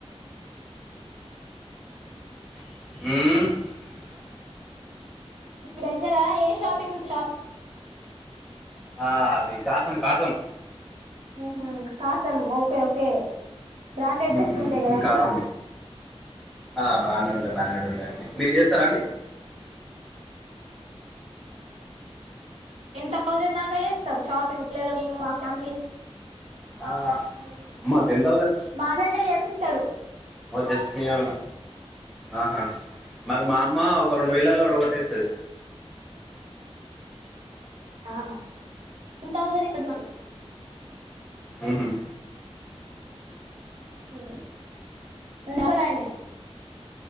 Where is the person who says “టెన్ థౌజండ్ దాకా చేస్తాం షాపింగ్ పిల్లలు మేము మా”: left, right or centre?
Right